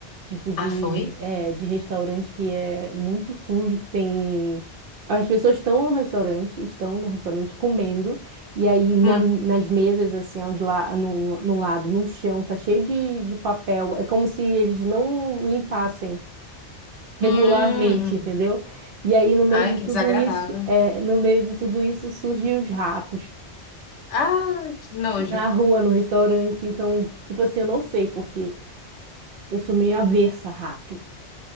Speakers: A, on the right; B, on the left.
A: tipo de,
B: Ah, foi?
A: é, de restaurante que é muito sujo, que tem. As pessoas estão no restaurante, estão no restaurante comendo, e aí na-
B: Hum.
A: nas mesas, assim, aos la no, no lado, no chão, tá cheio de, de papel. É como se eles não limpassem regularmente,
B: Hum, hum.
A: entendeu? E aí no meio
B: Ai,
A: de
B: que
A: tudo
B: desagradável.
A: isso, é, no meio de tudo isso surgem os ratos
B: Ah, que nojo.
A: na rua, no restaurante. Então, tipo assim, eu não sei por quê. Eu sou meio avessa a rato.